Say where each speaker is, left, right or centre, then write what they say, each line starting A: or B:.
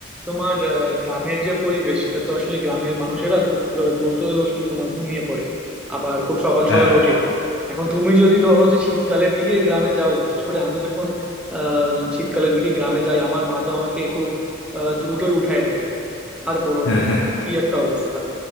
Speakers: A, in the centre; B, on the left.
A: তোমার আহ, গ্রামের যে পরিবেশ সেটা তো আসলে গ্রামের মানুষেরা খুব আহ, দ্রুত ওই তোমার ঘুমিয়ে পড়ে আবার খুব সকাল
B: হ্যাঁ
A: সকাল ওঠে এখন তুমি যদি ধরো যে শীতকালের দিকে গ্রামে যাও বিশেষ করে আমি যখন আহ শীতকালের দিকে গ্রামে যাই আমার মা তো আমাকে খুব আহ, দ্রুতই উঠায় দেয় আর বলো
B: হ্যাঁ
A: না
B: হ্যাঁ
A: কি একটা অবস্থা